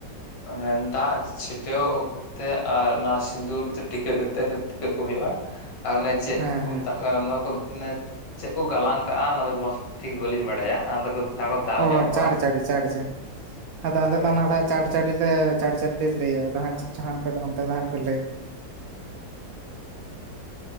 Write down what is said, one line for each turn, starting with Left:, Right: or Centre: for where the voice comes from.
Left: ᱚᱱᱮ ᱫᱟᱜ ᱪᱷᱤᱴᱟᱹᱣ ᱚᱠᱛᱮ ᱟᱨ ᱚᱱᱟ ᱥᱤᱸᱫᱩᱨ ᱛᱮ ᱴᱤᱠᱟᱹᱜ ᱠᱟᱛᱮᱜ ᱴᱤᱠᱟᱹᱜ ᱠᱚ ᱦᱩᱭᱩᱜᱼᱟ᱾ ᱟᱨ ᱚᱱᱮ ᱪᱮᱫ
Right: ᱦᱮᱸ
Left: ᱠᱚ
Right: ᱦᱮᱸ
Left: ᱢᱮᱛᱟᱜ ᱱᱚᱣᱟ ᱠᱚ ᱢᱮ ᱪᱮᱫ ᱠᱚ ᱜᱟᱞᱟᱝ ᱠᱟᱜᱼᱟ ᱚᱱᱟᱫᱚ ᱢᱚᱡᱽ ᱴᱷᱤᱠ ᱵᱟᱹᱞᱤᱧ ᱵᱟᱰᱟᱭᱟ ᱟᱫᱚ ᱡᱟᱦᱟᱸ ᱠᱚ ᱫᱟᱞ
Right: ᱚ
Left: ᱧᱚᱜ ᱠᱚᱣᱟ
Right: ᱪᱟᱲ ᱪᱟᱹᱲᱤ, ᱪᱟᱲ ᱪᱟᱹᱲᱤ ᱟᱫᱚ ᱟᱞᱮ
Left: ᱦᱳᱭ
Right: ᱫᱚ ᱚᱱᱟ ᱫᱚ ᱦᱟᱸᱜ ᱪᱟᱲ ᱪᱟᱹᱲᱤ ᱞᱮ ᱪᱟᱲ ᱪᱟᱲᱤ ᱞᱮ ᱞᱟᱹᱭᱟ ᱟᱫᱚ ᱦᱟᱸᱜ ᱪᱮᱫ ᱪᱚ ᱦᱟᱸᱜ ᱟᱯᱮ ᱚᱱᱛᱮ ᱫᱚ ᱦᱟᱸᱜ ᱯᱮ ᱞᱟᱹᱭ